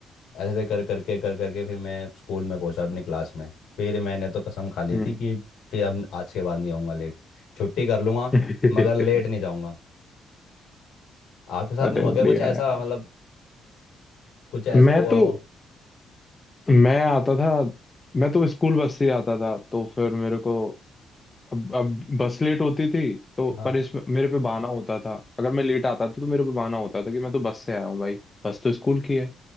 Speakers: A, on the left; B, on the left.
A: ऐसे कर करके कर करके फिर मैं स्कूल में पहुंचा अपनी क्लास में फिर मैंने तो कसम खा ली
B: हम्म
A: थी कि फिर अब आज के बाद नहीं आऊँगा लेट छुट्टी कर लूँगा
B: <laughs>
A: मगर लेट नहीं जाऊँगा आपके साथ
B: अरे
A: नहीं हुआ
B: बढ़िया
A: क्या कुछ ऐसा
B: यार
A: मतलब कुछ ऐसा
B: मैं
A: हुआ
B: तो
A: हो
B: मैं आता था मैं तो स्कूल बस से आता था तो फिर मेरे को अब अब बस लेट होती थी तो
A: हाँ
B: पर इसमें मेरे पे बहाना होता था अगर मैं लेट आता था तो मेरे पे बहाना होता था कि मैं तो बस से आया हूँ भाई बस तो स्कूल की है